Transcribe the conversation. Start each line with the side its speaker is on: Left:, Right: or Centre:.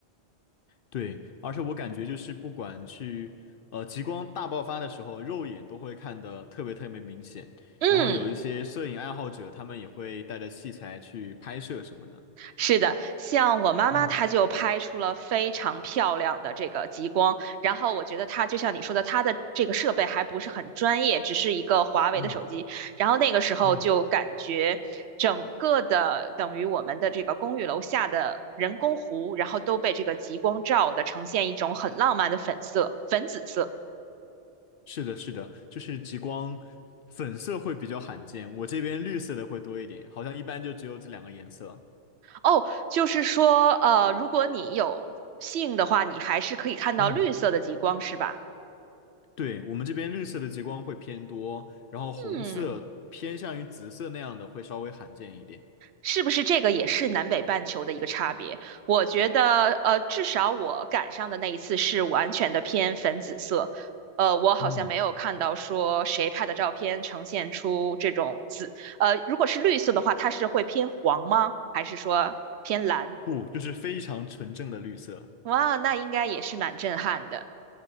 Left: 对，而且我感觉就是不管去呃极光大爆发的时候，肉眼都会看得特别特别明显。
Right: 嗯。
Left: 然后有一些摄影爱好者，他们也会带着器材去拍摄什么的。
Right: 是的，像我妈妈，
Left: 嗯
Right: 她就拍出了非常漂亮的这个极光。然后我觉得她就像你说的，她的这个设备还不是很专业，只是一个华为的手机。
Left: 嗯
Right: 然后那个时候就感觉整个的等于我们的这个公寓楼下的人工湖，
Left: 嗯，
Right: 然后都被这个极光照的呈现一种很浪漫的粉色、粉紫色。
Left: 是的，是的，就是极光粉色会比较罕见，我这边绿色的会多一点，好像一般就只有这两个颜色。
Right: 哦，就是说，呃，如果你有幸的话，你还是可以看到绿色的极光，
Left: 嗯，
Right: 是吧？
Left: 对，我们这边绿色的极光会偏多，然后红色偏向于紫色那样的会稍微罕见一点。
Right: 嗯。是不是这个也是南北半球的一个差别？我觉得，呃，至少我赶上的那一次是完全的偏粉紫色，呃，我好像没有看到说谁拍的照片呈现出这种紫，
Left: 嗯。
Right: 呃，如果是绿色的话，它是会偏黄吗？还是说偏蓝？
Left: 不，就是非常纯正的绿色。
Right: 哇，那应该也是蛮震撼的。